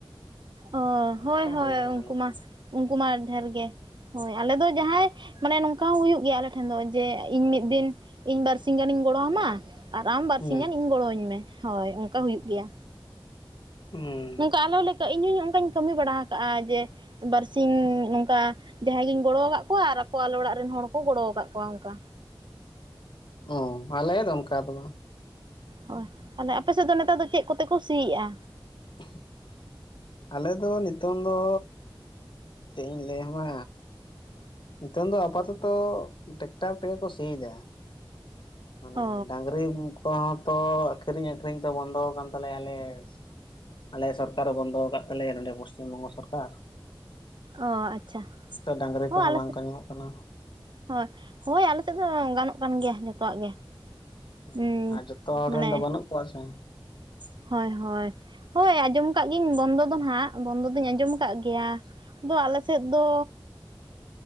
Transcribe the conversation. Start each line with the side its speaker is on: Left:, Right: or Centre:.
Right: ᱚ
Left: ᱚᱱᱠᱟ
Right: ᱦᱚᱭ ᱦᱚᱭ
Left: ᱦᱩᱭ ᱠᱟᱱᱟ
Right: ᱩᱱᱠᱩ
Left: ᱟᱞᱮ ᱥᱮᱱ
Right: ᱢᱟ ᱩᱱᱠᱩ ᱢᱟ ᱰᱷᱮᱨ ᱜᱮ ᱦᱚᱭ ᱟᱞᱮ ᱫᱚ ᱡᱟᱦᱟᱸᱭ ᱢᱟᱱᱮ ᱱᱚᱝᱠᱟ ᱦᱚᱸ ᱦᱩᱭᱩᱜ ᱜᱮᱭᱟ ᱟᱞᱮ ᱴᱷᱮᱱ ᱫᱚ ᱡᱮ ᱤᱧ ᱢᱤᱫ ᱫᱤᱱ ᱤᱧ ᱵᱟᱨᱥᱤ ᱜᱟᱱᱤᱧ ᱜᱚᱲᱚ ᱠᱟᱢᱟ ᱟᱨ ᱟᱢ ᱵᱟᱨᱥᱤ
Left: ᱦᱮᱸ
Right: ᱜᱟᱱ ᱤᱧ ᱜᱚᱲᱚᱣᱟᱹᱧ ᱢᱮ ᱦᱚᱭ ᱚᱱᱠᱟ ᱦᱩᱭᱩᱜ ᱜᱮᱭᱟ᱾
Left: ᱦᱮᱸ
Right: ᱱᱚᱝᱠᱟ ᱟᱞᱚ ᱞᱟᱹᱭᱠᱟᱹᱜ ᱤᱧ ᱦᱩᱭ ᱠᱟᱧ ᱠᱟᱹᱢᱤ ᱵᱟᱲᱟ ᱠᱟᱜᱼᱟ ᱡᱮ ᱵᱟᱨᱥᱤᱧ ᱱᱚᱝᱠᱟ ᱡᱟᱦᱟᱸᱭ ᱜᱤᱧ ᱜᱚᱲᱚᱠᱟᱜ ᱠᱚᱣᱟ ᱟᱨ ᱟᱠᱚ ᱟᱞᱚ ᱚᱲᱟᱜ ᱨᱮᱱ ᱦᱚᱲ ᱠᱚ ᱜᱚᱲᱚ ᱠᱟᱜ ᱠᱚᱣᱟ᱾ ᱚᱱᱠᱟ
Left: ᱩᱸ ᱟᱞᱮ ᱫᱚ ᱚᱱᱠᱟ ᱫᱚ ᱵᱟᱝ
Right: ᱦᱚᱭ ᱛᱟᱞᱮ ᱟᱯᱮ ᱥᱮᱫ ᱫᱚ ᱱᱮᱛᱟᱨ ᱫᱚ ᱪᱮᱫ ᱠᱚᱛᱮ ᱠᱚ ᱥᱤᱸ ᱮᱼᱟ?
Left: <unintelligible> ᱟᱞᱮ ᱫᱚ ᱱᱤᱛᱚᱝ ᱫᱚ ᱪᱮᱜ ᱤᱧ ᱞᱟᱹᱭ ᱟᱢᱟ ᱱᱤᱛᱚᱝ ᱫᱚ ᱟᱯᱟᱛᱚᱛᱚ ᱴᱮᱠᱴᱟᱨ ᱛᱮᱜᱮ ᱠᱚ ᱥᱤᱭᱫᱟ᱾ ᱢᱟᱱᱮ
Right: ᱚ
Left: ᱰᱟᱝᱨᱤᱧ ᱠᱚᱦᱚᱸ ᱛᱚ ᱟᱹᱠᱷᱨᱤᱧ ᱟᱹᱠᱷᱨᱤᱧ ᱛᱚ ᱵᱚᱱᱫᱚ ᱟᱠᱟᱱ ᱛᱟᱞᱮᱭᱟ‌ ᱟᱞᱮᱥ ᱟᱞᱮ ᱥᱚᱨᱠᱟᱨᱮ ᱵᱚᱱᱫᱚ ᱟᱠᱟᱟᱜ ᱛᱟᱞᱮᱭᱟ ᱱᱚᱰᱮ ᱯᱚᱥᱪᱤᱢ ᱵᱚᱝᱜᱚ ᱥᱚᱨᱠᱟᱨ
Right: ᱚ ᱟᱪᱪᱷᱟ
Left: ᱛᱚ ᱰᱟᱝᱨᱤ
Right: ᱦᱚᱸ
Left: ᱠᱚᱦᱚᱸ
Right: ᱟᱞᱮ
Left: ᱵᱟᱝᱠᱚ
Right: ᱥᱮᱫ
Left: ᱧᱟᱢᱚᱜ ᱠᱟᱱᱟ
Right: ᱦᱳᱭ! ᱦᱳᱭ ᱟᱞᱮ ᱥᱮᱫ ᱫᱚ ᱜᱟᱱᱚᱜ ᱠᱟᱱ ᱜᱮᱭᱟ ᱡᱚᱛᱚᱣᱟᱜ ᱜᱮ
Left: ᱦᱮ
Right: ᱦᱩᱸ
Left: ᱟᱨ ᱡᱚᱛᱚ ᱦᱚᱲ
Right: ᱢᱟᱱᱮ
Left: ᱨᱮᱱ ᱫᱚ ᱵᱟᱹᱱᱩᱜ ᱠᱚᱣᱟ ᱥᱮ
Right: <unintelligible> ᱦᱳᱭ, ᱦᱳᱭ, ᱦᱳᱭ, ᱟᱸᱡᱚᱢ ᱟᱠᱟᱫ ᱜᱤᱧ ᱵᱚᱱᱫᱚ ᱫᱚ ᱱᱟᱦᱟᱜ ᱵᱚᱱᱫᱚ ᱫᱚᱧ ᱟᱸᱡᱚᱢ ᱟᱠᱟᱫ ᱜᱮᱭᱟ᱾ ᱟᱫ ᱟᱞᱮ ᱥᱮᱫ ᱫᱚ